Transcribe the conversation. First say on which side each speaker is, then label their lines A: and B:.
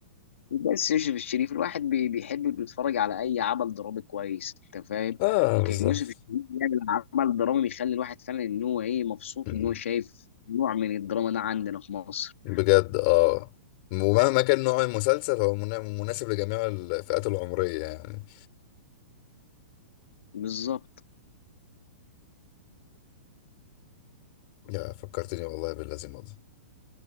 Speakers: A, on the left; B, on the left.
A: بس يوسف الشريف الواحد بي- بيحب بيتفرج على اي عمل درامي كويس انت فاهم
B: اه
A: لكن
B: بالظبط
A: يوسف الشريف بيعمل عمل درامي بيخلي الواحد فعلا ان هو ايه مبسوط
B: مم.
A: ان هو شايف نوع من الدراما ده عندنا في مصر
B: بجد اه ومهما كان نوع المسلسل هو منا- مناسب لجميع الفئات العمرية يعني
A: بالظبط
B: يا فكرتني والله بالذي مضى